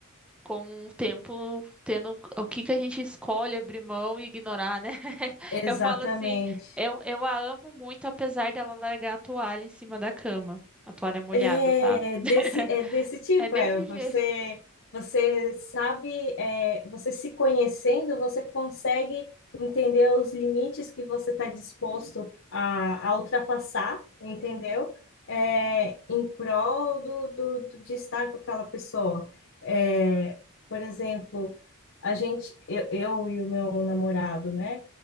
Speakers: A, in the centre; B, on the left (about 60°).
A: Com o tempo, tendo o que que a gente escolhe abrir mão e ignorar, né? <laughs>
B: Exatamente.
A: Eu falo assim, eu, eu a amo muito, apesar dela largar a toalha em cima da cama, a toalha molhada,
B: É
A: sabe?
B: desse,
A: <laughs>
B: é desse tipo,
A: É desse
B: é. Você,
A: jeito.
B: você sabe, é, você se conhecendo, você consegue entender os limites que você está disposto a, a ultrapassar, entendeu? É, em prol do, do, do- de estar com aquela pessoa. É, por exemplo, a gente, eu, eu e o meu namorado, né?